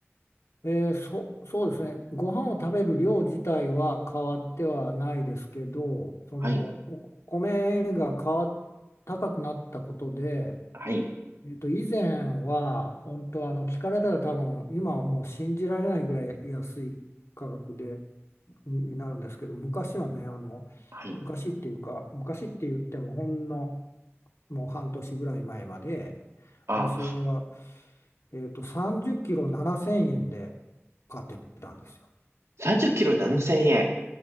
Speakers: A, on the left; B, on the right.
A: えーそ、そうですね。ご飯を食べる量自体は変わってはないですけど、そのお米が変わっ高くなったことで、
B: はい。はい。
A: えっと、以前は本当あの聞かれたら多分今はもう信じられないぐらい安い価格でにになるんですけど昔はねあの
B: はい。
A: 昔っていうか昔って言ってもほんのもう半年ぐらい前まで
B: あ、
A: 私は、えっと、30キロ7000円で買ってたんですよ。
B: 30キロ7000円。